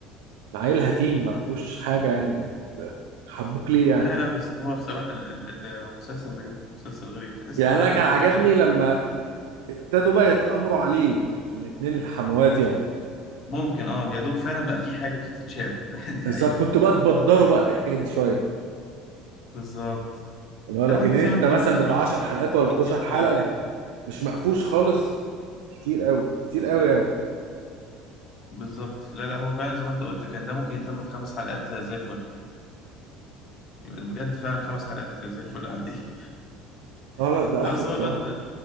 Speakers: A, on the right; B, on the left.
A: ده عيل هتيم ما فيهوش حاجه يعني انت حبوك ليه يعني
B: لا لا بس هو بصراحه ال- ال- المسلسل غريب مسلسل غريب تحس
A: يعني
B: ان
A: انا
B: آه،
A: كان
B: مؤخرا
A: عجبني لما ابتدوا بقى يتامروا عليه الاتنين الحموات يعني
B: ممكن اه يا دوب فعلا بقى في حاجة بتتشاف <laughs> دي
A: بس
B: حقيقة
A: أنا كنت بقى تبدروا بقى الحكايه دي شويه
B: بالظبط
A: اللي هو لكن
B: لو انت
A: انت
B: زي ما انت
A: مثلا
B: قلت بصراحة
A: بتاع 10 حلقات ولا
B: كتير
A: 11
B: قوي
A: حلقه
B: عليه
A: مش مقفوش خالص كتير قوي كتير قوي يعني
B: بالظبط لا لا هو فعلا زي ما انت قلت كان ده ممكن يتلم في خمس حلقات زي الفل يبقى بجد فعلا خمس حلقات زي الفل عندي
A: اه
B: <laughs>
A: لا ده
B: لا
A: اخره
B: بس
A: بصراحه
B: هو الواد